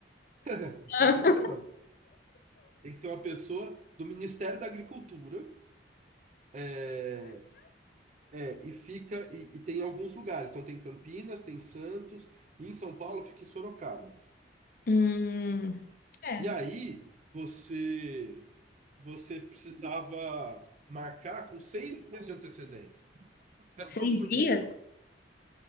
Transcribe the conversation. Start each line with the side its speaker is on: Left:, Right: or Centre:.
Right: <laughs> Especialista
Left: <laughs>
Right: nada. Tem que ser uma pessoa do Ministério da Agricultura. É, é, e fica. E, e tem em alguns lugares. Então tem Campinas, tem Santos. E em São Paulo fica em Sorocaba.
Left: Hum. É.
Right: E aí você. Você precisava marcar com seis meses de antecedência. Espera
Left: Seis
Right: só um segundinho.
Left: dias?